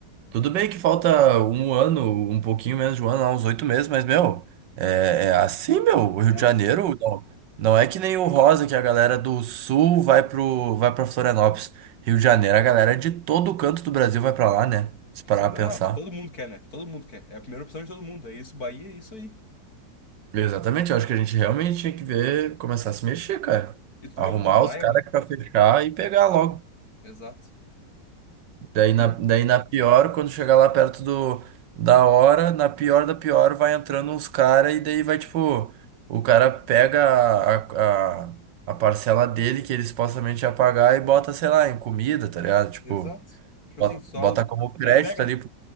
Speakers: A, on the right; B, on the left.
A: tudo bem que falta um ano, um pouquinho menos de um ano, lá, uns oito meses, mas, meu, é, é assim, meu, o Rio
B: É,
A: de
B: mas.
A: Janeiro não, não é que nem o Rosa, que a galera do Sul vai pro, vai pra Florianópolis. Rio de Janeiro, a galera de todo canto do Brasil vai pra lá, né? Se parar
B: se- Não,
A: pra
B: não,
A: pensar.
B: todo mundo quer, né? Todo mundo quer. É a primeira opção de todo mundo. É isso, Bahia, é isso aí.
A: Exatamente, eu acho que a gente realmente tinha que ver, começar a se mexer, cara.
B: E tu
A: Arrumar
B: lembra do Brian,
A: os caras
B: meu?
A: pra fechar e pegar logo.
B: Exato.
A: Daí na,
B: Lembra?
A: daí na pior, quando chegar lá perto do, da hora, na pior da pior, vai entrando uns caras e daí vai tipo, o cara pega a, a, a parcela dele que ele supostamente ia pagar e bota, sei lá, em comida, tá ligado? Tipo,
B: Exato. Tipo
A: bota,
B: assim, só
A: bota como crédito
B: agrega,
A: ali,
B: né?